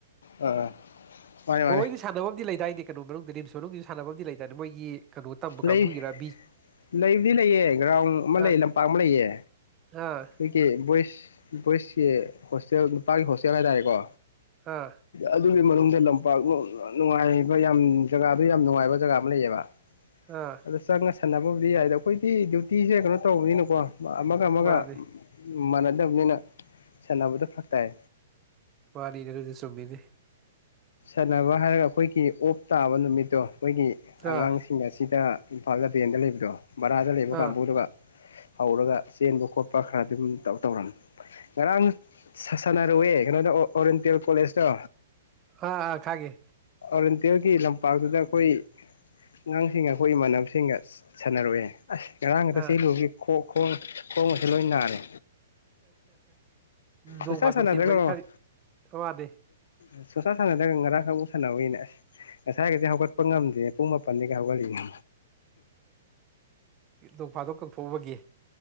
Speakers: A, on the left; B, on the right.
A: ꯑꯥ ꯃꯥꯅꯦ
B: ꯕ꯭ꯔꯣꯗꯤ
A: ꯃꯥꯅꯦ
B: ꯁꯥꯟꯅꯕ ꯑꯃꯗꯤꯗꯤ ꯂꯩꯗꯥꯏꯗꯤ ꯀꯕꯨꯒꯔꯤꯞ <unintelligible> ꯁꯅꯕꯗꯤ ꯂꯩꯥꯗꯅ ꯑꯗ ꯃꯣꯏꯒꯤ ꯀꯩꯅꯣ ꯇꯝꯕ
A: ꯂꯩ
B: ꯀꯥꯡꯕꯨꯒꯤꯔ ꯕꯤ
A: ꯂꯩꯕꯨꯗꯤ ꯂꯩꯑ ꯒ꯭ꯔꯥꯎꯟ ꯑꯃ ꯂꯩ
B: ꯑꯥ
A: ꯂꯝꯄꯥꯛ ꯑꯃ ꯂꯩꯑ
B: ꯑꯥ
A: ꯑꯩꯈꯣꯏꯒꯤ ꯚꯣꯏꯁ ꯚꯣꯏꯁ ꯀ ꯍꯣꯁꯇꯦꯜ ꯅꯨꯄꯥꯒꯤ ꯍꯣꯁꯇꯦꯜ ꯍꯥꯏꯇꯥꯔꯦꯀꯣ
B: ꯑꯥ
A: ꯑꯗꯨꯒꯤ ꯃꯅꯨꯡꯗ ꯂꯝꯄꯥꯛ ꯅꯨꯡꯉꯥꯏꯕ ꯌꯥꯝ ꯖꯒꯥꯗꯨ ꯌꯥꯝ ꯅꯨꯡꯉꯥꯏꯕ ꯖꯒꯥ ꯑꯃ ꯂꯩꯌꯦꯕ
B: ꯑꯥ
A: ꯑꯗ ꯆꯪꯉ ꯁꯥꯟꯅꯕꯕꯨꯗꯤ ꯌꯥꯏꯗ ꯑꯩꯈꯣꯏꯗꯤ ꯗ꯭ꯌꯨꯇꯤꯁꯦ ꯀꯩꯅꯣ ꯇꯧꯕꯅꯤꯅꯀꯣ ꯑꯃꯒ ꯑꯃꯒ
B: ꯃꯥꯅꯤ
A: ꯃꯥꯟꯅꯗꯕꯅꯤꯅ ꯁꯥꯟꯅꯕꯗ ꯐꯔꯛ ꯇꯥꯏ
B: ꯄꯔꯤꯅꯦꯔ ꯍꯧꯖꯤꯗꯤ ꯆꯣꯕꯤꯗꯤ
A: ꯆꯅꯕ ꯍꯥꯏꯔꯒ ꯑꯩꯈꯣꯏꯒꯤ ꯑꯣꯞ ꯇꯥꯕ ꯅꯨꯃꯤꯠꯇꯣ ꯑꯩꯈꯣꯏꯒꯤ ꯑꯉꯥꯡꯁꯤꯡ
B: ꯑꯥ
A: ꯑꯁꯤꯗ ꯏꯝꯐꯥꯜ ꯇꯦꯟꯗ ꯂꯩꯕ꯭ꯔꯣ ꯕꯔꯥꯗ ꯂꯩꯕ
B: ꯑꯥ
A: ꯀꯥꯡꯕꯨꯗꯨꯒ ꯍꯧꯔꯒ ꯆꯦꯟꯕ ꯈꯣꯠꯄ ꯈꯔ ꯑꯗꯨꯝ ꯇꯧꯔꯝꯃꯤ ꯉꯔꯥꯡ ꯁꯥꯟꯅꯔꯨꯋꯦ ꯀꯩꯅꯣꯗ ꯑꯣꯔꯤꯌꯦꯟꯇꯦꯜ ꯀꯣꯂꯦꯖꯇꯣ
B: ꯑꯥ ꯑ ꯈꯥꯒꯦ
A: ꯀꯟꯗꯦꯜꯒꯤ ꯂꯝꯄꯥꯛꯇꯨꯗ ꯑꯩꯈꯣꯏ ꯑꯉꯥꯡꯁꯤꯡꯒ ꯑꯩꯈꯣꯏ ꯏꯃꯥꯟꯅꯕꯁꯤꯡꯒ ꯁꯥꯟꯅꯔꯛꯑꯦ ꯑꯁ ꯉꯔꯥꯡꯒꯗ
B: ꯑꯥ
A: ꯆꯦꯜꯂꯨꯨꯔꯒꯦ ꯈꯣꯛ ꯈꯣꯡ ꯈꯣꯡꯁꯦ ꯂꯣꯏ ꯅꯥꯔꯦ
B: ꯅꯣꯡ
A: ꯁꯨꯡꯁꯥ
B: ꯐꯥꯗꯣꯛꯁꯦ
A: ꯁꯥꯟꯅꯗ꯭ꯔꯒ
B: ꯃꯔꯤ ꯈꯗꯤ ꯋꯥꯅꯤ
A: ꯑꯁ ꯁꯣꯁꯥ ꯁꯥꯟꯅꯗꯒ ꯉꯔꯥꯡꯈꯔꯨ ꯁꯥꯟꯅꯕꯧꯏꯅꯦ ꯑꯁ ꯉꯁꯥꯏꯒꯁꯦ ꯍꯧꯒꯠꯄ ꯉꯝꯗꯦ ꯄꯨꯡ ꯃꯥꯄꯟꯗꯒꯤꯒ ꯍꯧꯒꯠꯂꯤꯅꯤ
B: ꯅꯣꯛꯐꯥꯗꯣꯛ ꯀꯛꯊꯣꯛꯎꯕꯒꯤ